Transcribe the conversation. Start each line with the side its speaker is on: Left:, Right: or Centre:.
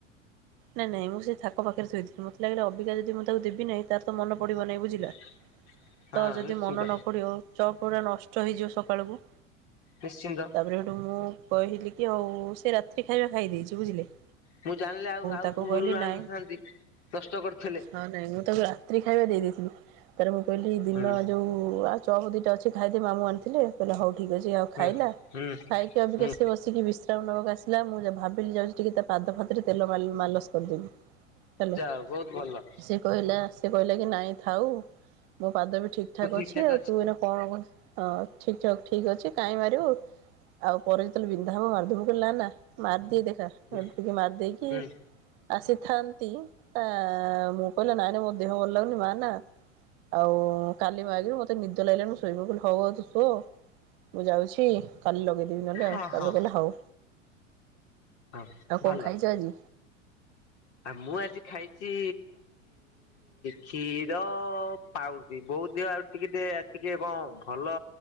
Right: ନାଇଁ ନାଇଁ ମୁଁ ସେ ଥାକ ପାଖରେ ଥୋଇଥିଲି ମତେ ଲାଗିଲା ଅବିକା ଯଦି ମୁଁ ତାକୁ ଦେବି ନାହିଁ ତାର ତ ମନ ପଡିବନାହିଁ ବୁଝିଲ।
Left: <inaudible>
Right: ତ ଯଦି
Left: ନିଶ୍ଚିନ୍ତ
Right: ମନ ନ ପଡିବ ଚପ ଉରା ନଷ୍ଟ ହେଇଯିବ ସକାଳକୁ।
Left: ନିଶ୍ଚିନ୍ତ।
Right: ତାପରେ ହେଠୁ ମୁଁ କହିଲି କି ହଉ ସେ ରାତିି ଖାଇବା ଖାଇ ଦେଇଛି ବୁଝିଲେ।
Left: ମୁଁ ଜାଣିଲି ଆଉ ଆଉ
Right: ତାକୁ
Left: ମୂଳରୁ
Right: କହିଲି
Left: ଆଣିନଥାନ୍ତି
Right: ନାଇଁ
Left: ନଷ୍ଟ କରିଥିଲେ।
Right: ହଁ ନାଇଁ ମୁଁ ତାକୁ ରାତ୍ରି ଖାଇବା ଦେଇ ଦେଇଥିଲି ତାର ମୁଁ କହିଲି ଦିନ
Left: ହୁଁ
Right: ଯୋଉ ଚପ ଦିଟା ଅଛି ଖାଇଦେ ମାମୁଁ ଆଣିଥିଲେ କହିଲା ହଉ ଠିକ୍ ଅଛି ଆଉ ଖାଇଲା
Left: ହୁଁ ହୁଁ
Right: ଖାଇ ସିଏ ଅବିକା
Left: ହୁଁ
Right: ଆଶି ବସିକି ବିଶ୍ରାମ ନବାକୁ ଆସିଲା ମୁଁ ଭାବିଲି ଯାଉଛି ଟିକେ ତା ପାଦ ଫାଦ ରେ ତେଲ ମାଲସ କରିଦେବି। ହେଲା।
Left: ଯାଉ ବହୁତ ଭଲ।
Right: ସେ କହିଲା ସେ କହିଲା କି ନାଇଁ ଥାଉ ମୋ ପାଦ ବି ଠିକ୍ ଠାକ୍
Left: ମୁଁ ଠିକ
Right: ଅଛି
Left: ଠାକ
Right: ଆଉ ତୁ ଏଇନା କଣ କ ହଁ ଠିକ ଠକ ଠିକ ଅଛି କାଇଁ ମାରିବୁ। ଆଉ ପରେ ଯେତେବେଳେ ବିନ୍ଧା ହବ ମାରିଦବୁ ମୁଁ କହିଲି ନା ମାରିଦିଏ ଦେଖା
Left: ହୁଁ
Right: ଟିକେ ମାରିଦେଇକି
Left: ହୁଁ
Right: ଆସିଥାନ୍ତି ତା ମୁଁ କହିଲା ନାଇଁ ନାଇଁ ମୋ ଦେହ ଭଲ ଲାଗୁନି ମାର ନା। ଆଉ କାଲି ମାରିବୁ। ତେ ନିଦ ଲାଗିଲାଣି ମୁଁ ଶୋଇବି ମୁଁ କହିଲି ହଉହଉ ତୁୁ ସୋ ମୁଁ ଯାଉଛି କାଲି ଲଗେଇ ନହେଲେ
Left: ହଁ
Right: ଆଉ ତାପରେ
Left: ହଁ
Right: କହିଲା ହଉ,
Left: ହଁ
Right: ଆଉ
Left: ଭଲ।
Right: କଣ ଖାଇଛ ଆଜି?
Left: ଆ ମୁଁ ଆଜି ଖାଇଚି କ୍ଷୀର ପାଉରୁଟି ବୋଉତ ଦେହ ଆଉ ଟିକେ ଟିକେ କଣ ଭଲ